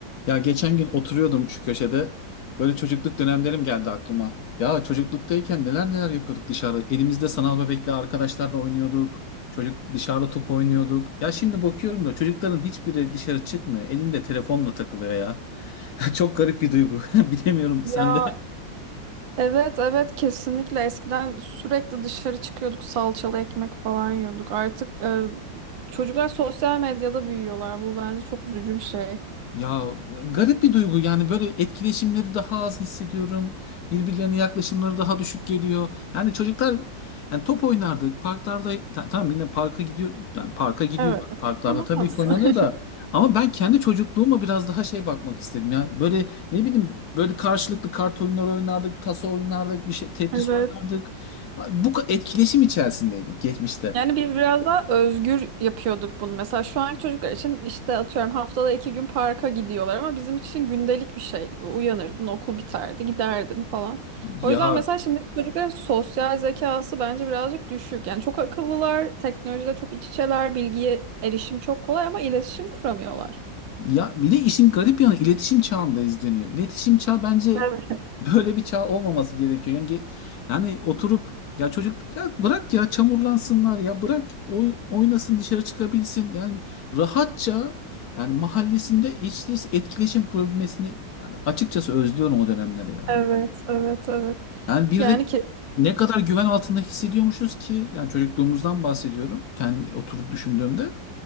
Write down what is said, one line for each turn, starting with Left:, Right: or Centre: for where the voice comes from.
Left: Ya geçen gün oturuyordum şu köşede. Böyle çocukluk dönemlerim geldi aklıma. Ya çocukluktayken neler neler yapıyorduk dışarıda. Elimizde sanal bebekle arkadaşlarla oynuyorduk. Çocuk dışarıda top oynuyorduk. Ya şimdi bakıyorum da çocukların hiçbiri dışarı çıkmıyor. Elinde telefonla takılıyor ya. <laughs> Çok garip bir duygu. <laughs> Bilemiyorum
Right: Ya
Left: sende
Right: evet evet kesinlikle eskiden sürekli dışarı çıkıyorduk salçalı ekmek falan yiyorduk. Artık e, çocuklar sosyal medyada büyüyorlar. Bu bence çok üzücü bir şey.
Left: Ya garip bir duygu yani böyle etkileşimleri daha az hissediyorum. Birbirlerine yaklaşımları daha düşük geliyor. Yani çocuklar yani top oynardık parklarda ta- tamam yine parka gidiyor yani parka gidiyor.
Right: Evet.
Left: Parklarda
Right: Ama
Left: tabii
Right: nasıl?
Left: ki oynanıyor
Right: <laughs>
Left: da ama ben kendi çocukluğuma biraz daha şey bakmak istedim ya. Böyle ne bileyim böyle karşılıklı kart oyunları oynardık, taso oynardık, bir şey Tetris
Right: Evet.
Left: oynardık. Bu ka- etkileşim içerisindeydik geçmişte.
Right: Yani biz biraz daha özgür yapıyorduk bunu. Mesela şu anki çocuklar için işte atıyorum haftada iki gün parka gidiyorlar ama bizim için gündelik bir şeydi bu. Uyanırdın, okul biterdi, giderdin falan.
Left: Ya
Right: O yüzden mesela şimdiki çocukların sosyal zekası bence birazcık düşük. Yani çok akıllılar, teknolojide çok iç içeler, bilgiye erişim çok kolay ama iletişim kuramıyorlar.
Left: Ya bir de işin garip yanı iletişim çağındayız deniyor. İletişim çağı bence
Right: Evet,
Left: böyle bir çağ olmaması gerekiyor. Yani, ge- yani oturup ya çocuk ya bırak ya çamurlansınlar ya bırak oy- oynasın dışarı çıkabilsin. Yani rahatça yani mahallesinde hiç değilse etkileşim kurabilmesini yani açıkçası özlüyorum o dönemleri yani.
Right: evet, evet, evet.
Left: Yani bir
Right: Yani
Left: de
Right: kesinlikle.
Left: ne kadar güven altında hissediyormuşuz ki yani çocukluğumuzdan bahsediyorum kendi oturup düşündüğümde.